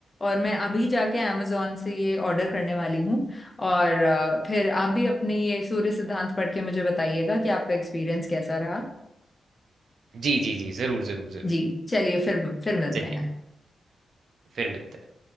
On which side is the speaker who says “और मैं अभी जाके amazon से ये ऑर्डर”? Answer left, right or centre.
Left